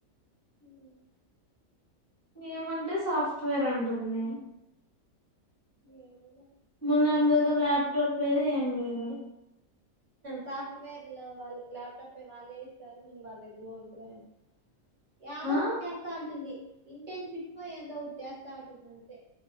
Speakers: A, on the right; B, on the left.
A: ఉమ్
B: ఏమంటే సాఫ్ట్వేర్ అంటుంది
A: ఏదోలే
B: మన దగ్గర ల్యాప్టాప్ లేదు ఏం లేదు
A: సాఫ్ట్వేర్ లో వాళ్ళకి ల్యాప్టాప్ వాళ్లే ఇస్తారు మన వాళ్ళ దగ్గర కోనుకు అ యాదో
B: ఆ
A: బుక్చేస్తా అంటుంది ఇంటర్న్షిప్ ఏందో చేస్తా అంటుంది అంతే